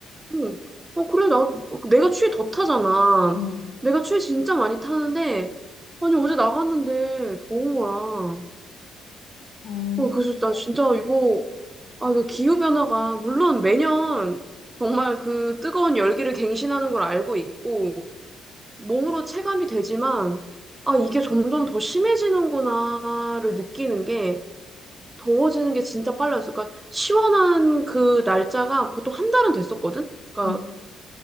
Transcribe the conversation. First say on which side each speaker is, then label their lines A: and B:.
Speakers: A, on the right; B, on the left.
A: 응. 어, 그래, 나, 내가 추위 더 타잖아.
B: 어,
A: 내가 추위 진짜 많이 타는데, 아니, 어제 나갔는데 더운 거야.
B: 어,
A: 어, 그래서 나 진짜 이거, 아, 이거 기후변화가, 물론 매년 정말 그 뜨거운 열기를 갱신하는 걸 알고 있고, 몸으로 체감이 되지만, 아, 이게 점점 더 심해지는구나를 느끼는 게, 더워지는 게 진짜 빨라졌어. 그러니까, 시원한 그 날짜가 보통 한 달은 됐었거든? 그러니까,
B: 음.